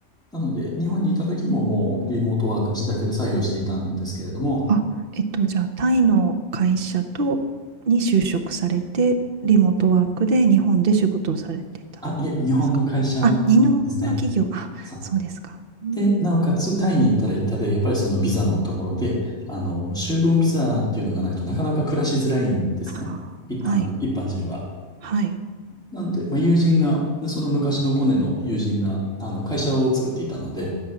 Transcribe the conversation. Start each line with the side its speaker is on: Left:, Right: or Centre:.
Centre: なので、日本にいた時ももうリモートワーク、自宅で作業していたんですけれども、
Right: あ、えっと、じゃあ、タイの会社と、に就職されて、リモートワークで日本で仕事をされてたんですかあ、
Centre: あ、いえ、日本の会社
Right: 日本の企業、
Centre: ですね。
Right: あ、
Centre: そ
Right: そうですか。うん。
Centre: う。で、なおかつ、タイに行ったら行ったで、やっぱりそのビザのところで、あの、就労ビザっていうのがないとなかなか暮らしづらいんですね。
Right: はあ、
Centre: い、あの、
Right: はい、
Centre: 一般人は。
Right: はい。
Centre: なので、まあ、友人が、その昔のコネの友人が、あの、会社を作っていたので、